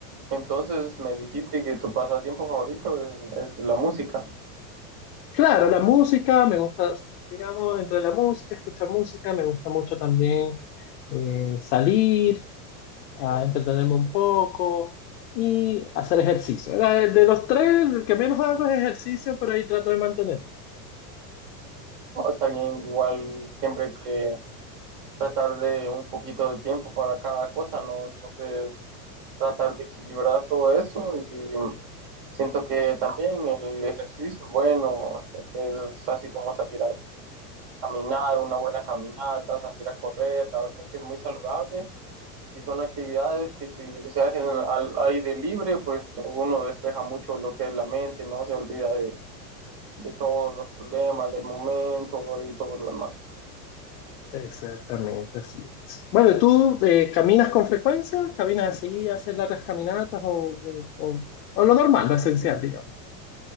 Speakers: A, on the right; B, on the left.
A: Entonces me dijiste que tu pasatiempo favorito es, es la música.
B: Claro, la música, me gusta, digamos, entre la música, escuchar música, me gusta mucho también eh, salir, a entretenerme un poco y hacer ejercicio. La- De los tres, el que menos hago es ejercicio, pero ahí trato de mantenerlo.
A: Oh, está bien, igual siempre que tratar de un poquito de tiempo para cada cosa, ¿no? Entonces tratar de equilibrar todo eso y siento que también el ejercicio, bueno, es así como salir a caminar, una buena caminata, salir a correr, la verdad que es muy saludable y son actividades que si se hacen al aire libre, pues uno despeja mucho lo que es la mente, no se olvida de de todos los problemas del momento y todo lo demás.
B: Exactamente, así es. Bueno, ¿tú eh, caminas con frecuencia? ¿Caminas así, haces largas caminatas o, o- o- o lo normal, lo esencial, digamos?